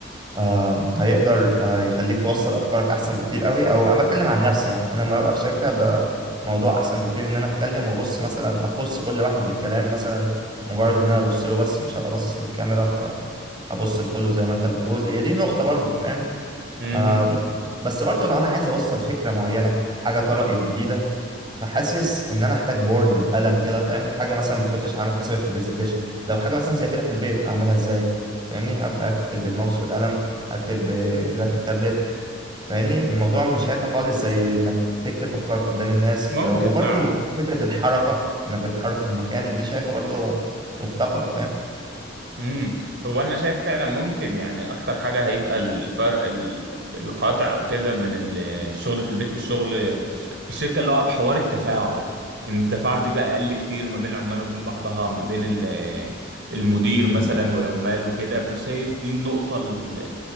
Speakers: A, on the right; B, on the right.
A: آه، هيقدر آه، يخليك توصل افكارك احسن بكتير قوي او انا بتكلم عن نفسي يعني انا لما ببقى في شركه ب- موضوع احسن بكتير ان انا اتكلم وابص مثلا اخص كل واحد بالكلام مثلا مجرد ان انا ابص له بس مش هبقى باصص للكاميرا فابص لكله زي ما انت بتقول هي دي نقطه برضو فاهم
B: مم.
A: آم، بس برضو لو انا عايز اوصل فكره معينه حاجه طرقت جديده فحاسس ان انا احتاج بورد بقلم كده فاهم حاجه مثلا ما كنتش عامل حسابي في البرزنتيشن لو حاجه مثلا زي كده في البيت هعملها ازاي فاهمني هك- هكتب بالماوس والقلم هكتب بجرافيك تابلت فاهمني الموضوع مش هيبقى خالص زي انك تكتب افكارك قدام الناس
B: ممكن
A: آه، وبرضو
B: فعلا
A: فكره الحركه انك بتتحرك في المكان دي شايفها برضو مفتقده
B: امم هو انا شايف فعلا ممكن يعني اكتر حاجه هيبقى الفرق ال- القاطع او كده بين ال- الشغل في البيت والشغل في الشركه اللي هو حوار التفاعل ان التفاعل بيبقى اقل كتير ما بين العمال وبين بعضها ما بين ال- المدير
A: فاهم
B: مثلا والعمال وكده فشايف دي النقطه ال-